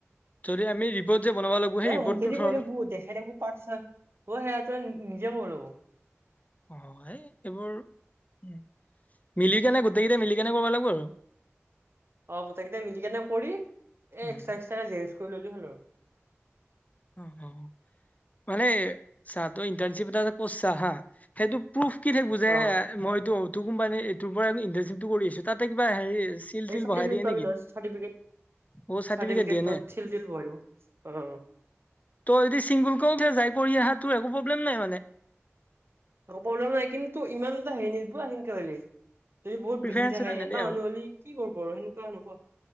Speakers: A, on the left; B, on the right.
A: যদি আমি ৰিপৰ্ট যে বনাব লাগিব
B: তাই
A: সেই ৰিপৰ্টটো
B: মুখেদি
A: ধৰ
B: কৈ দিব দেখাই দিব পাছেল অ সেয়া তই নিজে কৰিব লাগিব
A: অ সেই এইবোৰ উ মিলি কেনে গোটেইকেইটা মিলি কেনে কৰিব লাগিব আৰু
B: অ গোটেই কেইটা মিলিকেনে কৰি এ
A: উম।
B: এক্সাটা এক্সাটাকে জেৰজ কৰি ললে হ'ল আৰু
A: অ হ মানে চা তই ইণ্টাৰ্ণশ্বিপ এটা কৰিছা হা সেই প্ৰুফ কি থাকিবো যে
B: অ
A: মইটো ইটো কোম্পানী এইটোৰ পৰা ইণ্টাৰ্ণশ্বিপটো কৰিছো তাতে কিবা হেৰি চিল
B: সেই
A: তিল
B: চাৰ্টিফিকেট
A: বহাই দিয়ে
B: পাবি
A: নেকি?
B: নহয় চাৰ্টিফিকেট
A: অ'
B: চাৰ্টিফিকেট
A: দিয়ে নে?
B: ছিল তিল লগাই দিব অ
A: তই যদি চিংগুলকেও যাই কৰি অহা তোৰ একো প্ৰব্লেম নাই মানে
B: প্ৰব্লেম নাই কিন্তু ইমান এটা হেৰি নিদিব সেনকে হলে যদি বহুত
A: প্ৰিফাৰেঞ্চ
B: বিজি থাকে
A: নেদে
B: এটা মানুহ
A: আৰু।
B: হলি কি কৰিব আৰু এনেকোৱা হেনেকোৱা